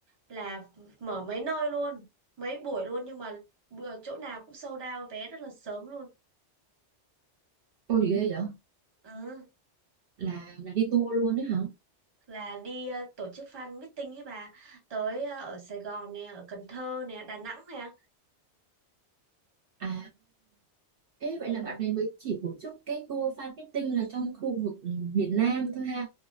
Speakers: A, on the right; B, on the right.
A: là mở mấy nơi luôn mấy buổi luôn nhưng mà bữa chỗ nào cũng sold out vé rất là sớm luôn
B: Ôi ghê vậy?
A: ừ
B: Là là đi tour luôn đấy hả?
A: là đi ờ, tổ chức fan meeting ấy bà tới ờ, ở Sài Gòn nè ở Cần Thơ nè Đà Nẵng nè
B: À, thế
A: ừ
B: vậy là bạn này mới chỉ tổ chức cái tour fan meeting là trong khu vực miền Nam thôi ha.